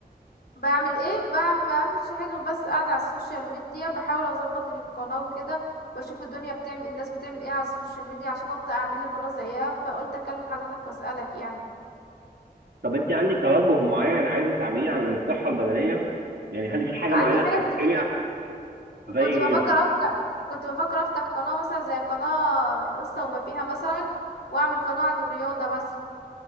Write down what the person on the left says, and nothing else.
بعمل ايه بعمل ما بعملش حاجه غير بس قاعده على السوشيال ميديا بحاول اظبط لي قناه وكده واشوف الدنيا بتعمل الناس بتعمل ايه على السوشيال ميديا عشان ابدا اعمل لي قناه زيها فقلت اكلم حضرتك واسالك يعني
عندي
حاجات
كتير
كنت
بفكر افتح كنت بفكر افتح قناه مثلا زي قناه القصه وما فيها مثلا واعمل قناه عن الرياضه بس